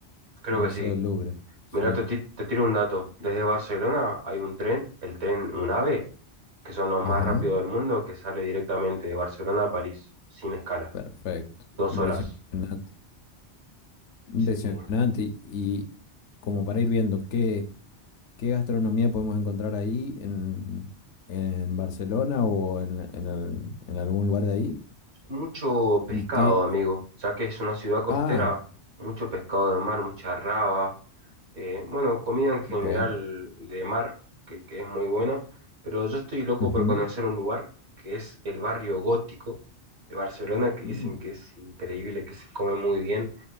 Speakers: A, on the right; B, on the left.
A: Creo
B: el Museo
A: que sí.
B: del Louvre. Sí.
A: mira te, ti- te tiro un dato. Desde Barcelona hay un tren, el tren UNAVE, que son los
B: Ajá.
A: más rápidos del mundo, que sale directamente de Barcelona a París, sin escala.
B: Perfecto.
A: Dos
B: Impresionante.
A: horas.
B: Impresionante.
A: Sí.
B: Y como para ir viendo qué, qué gastronomía podemos encontrar ahí en, en Barcelona o en, en al- en algún lugar de ahí.
A: Mucho pescado,
B: Y qué...
A: amigo, ya que es una ciudad costera,
B: Ah,
A: mucho pescado de mar, mucha raba, eh, bueno, comida en general
B: ok.
A: de mar, que, que es muy buena, pero yo estoy loco
B: Ujú.
A: por conocer un lugar que es el barrio gótico de Barcelona, que dicen
B: Mm,
A: que es increíble, que se come muy bien,